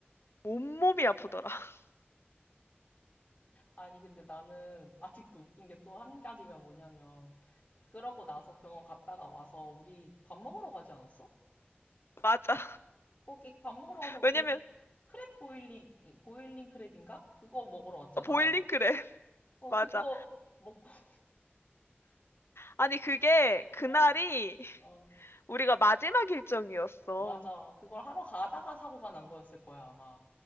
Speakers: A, on the left; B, on the left.
A: 온몸이 아프더라. <laughs>
B: 아니 근데 나는 <laughs> 아직도 웃긴 게 또 한 가지가 뭐냐면 그러고 나서 병원 갔다가 와서 우리 밥 먹으러 가지 않았어?
A: 맞아.
B: 거기 밥 먹으러 와서
A: 왜냐면
B: 그 크랩 보일링 보일링 크랩인가? 그거 먹으러 왔잖아.
A: 보일링크래. <laughs>
B: 어, 그거
A: 맞아.
B: 먹고, <laughs>
A: 아니, 그게 그날이
B: 어,
A: <laughs>
B: 어,
A: 우리가 마지막 일정이었어.
B: 맞아. 그걸 하러 가다가 사고가 난 거였을 거야, 아마.